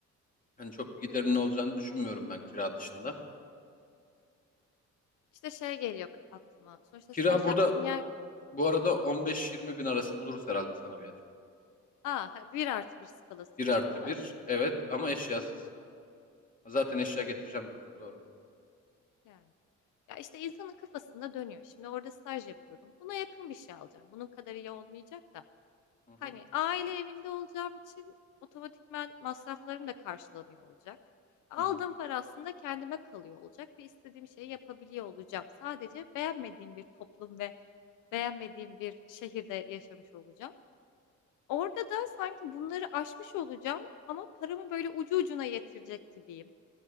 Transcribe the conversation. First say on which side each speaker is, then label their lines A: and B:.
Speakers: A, on the left; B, on the left.
A: Hani çok bir giderinin
B: tabii.
A: olacağını düşünmüyorum ben kira dışında.
B: İşte şey geliyor aklıma. Sonuçta
A: Kira
B: staj
A: burada
B: yaptığım yer
A: bu arada 15-20 bin arası buluruz herhalde sana bir yer.
B: aa, ha, bir artı bir skalası
A: Bir
B: için
A: artı
B: değil mi?
A: bir, evet ama eşyasız. Zaten
B: He,
A: eşya getireceğim diyorsun doğru.
B: yani. Ya işte insanın kafasında dönüyor. Şimdi orada staj yapıyordum. Buna yakın bir şey alacağım. Bunun kadar iyi olmayacak da.
A: Hı hı,
B: Hani aile evinde olacağım için otomatikman masraflarım da karşılanıyor olacak. Aldığım
A: hı hı.
B: para aslında kendime kalıyor olacak ve istediğim şeyi yapabiliyor olacağım. Sadece beğenmediğim bir toplum ve beğenmediğim bir şehirde yaşamış olacağım. Orada da sanki bunları aşmış olacağım ama paramı böyle ucu ucuna yetirecek gibiyim.